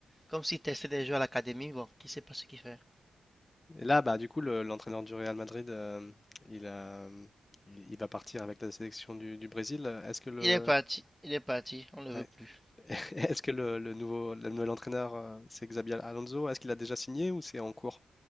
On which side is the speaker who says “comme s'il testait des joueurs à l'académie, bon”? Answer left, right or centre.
Centre